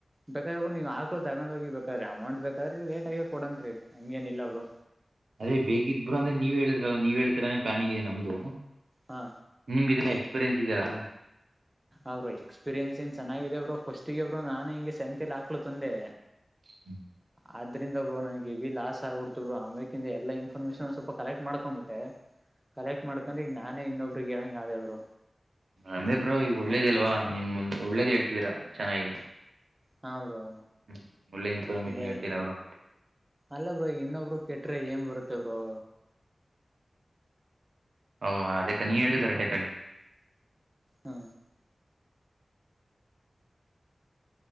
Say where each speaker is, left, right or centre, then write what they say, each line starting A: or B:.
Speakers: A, on the right (about 20°); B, on the right (about 80°).
A: ಬೇಕಾದ್ರ ಒಬ್ಬರು ನೀವ್ ಆಕ್ಲು ತಗೊಂಡ್ ಹೋಗಿ ಬೇಕಾದ್ರೆ ಅಮೌಂಟ್ ಬೇಕಾದ್ರಿ ಲೇಟ್ ಆಗಿ ಕೊಡಂತ್ರಿ ಹಂಗೇನಿಲ್ಲ ಬ್ರೋ
B: ಅದೇ ಬೇಕಿದ್ರು ಅಂದ್ರೆ ನೀವೇ ಹೇಳಿದ್ರಲ್ಲ ನೀವ ಹೇಳ್ತರನೆ ಪಲಾನಿಂಗ್ ಇದೆ ನಮ್ದು
A: ಹಾ
B: ನಿಮ್ ಇಲ್ಲ ಎಕ್ಸ್ಪೀರಿಯನ್ಸ್ ಇದ್ದೀರಾ
A: ಅವರು ಎಕ್ಸ್ಪೀರಿಯೆನ್ಸ್ ಏನ್ ಚೆನ್ನಾಗಾಗಿದೆ ಬ್ರೋ ಫಸ್ಟ್ಗ ಇಂಗೆ ನಾನು ಹಿಂಗೆ ಸಂತಲ್ ಆಕ್ಲು ತಂದೆ
B: ಹ್ಮ
A: ಅದ್ರಿಂದ ಬ್ರೋ ನನ್ಗೆವಿ ಲಾಸ್ ಆಗ್ಬಿಡ್ತು ಬ್ರೋ ಆಮ್ಯಕಿಂದ ಎಲ್ಲಾ ಇನ್ಫಾರ್ಮೇಶನ್ ಸ್ವಲ್ಪ ಕಲೆಕ್ಟ್ ಮಾಡ್ಕೊಂಬಬಟ್ಟೆ ಕಲೆಕ್ಟ್ ಮಾಡ್ಕೊಂಡೆ ಈಗ ನಾನೇ ಇನ್ನೊಬ್ರಗ್ ಹೇಳಂಗೇಬ್ರು
B: ಅಂದ್ರೆ ಬ್ರೋ ಈಗ ಒಳ್ಳೇದ ಅಲ್ವಾ ನಿಮ್ ಮುಂದ್ ಒಳ್ಳೇದ್ ಹೇಳ್ತಿದೀರಾ ಚೆನ್ನಾಗಿದೆ
A: ಹಾ ಬ್ರೋ
B: ಹ್ಮ ಒಳ್ಳೆ ಇನ್ಫಾರ್ಮೇಶನ್
A: ಈಗ
B: ಹೇಳ್ತೀರ ಬ್ರೋ
A: ಅಲ್ಲ ಬ್ರೋ ಈಗ ಇನ್ನೊಬ್ರು ಕೆಟ್ರ ಏನ್ ಬರುತ್ತೇ ಬ್ರೋ
B: ಹ ಅದಕ್ಕ ನೀ ಹೇಳುದು ಕರೆಟೈತಳಿ
A: ಹಾ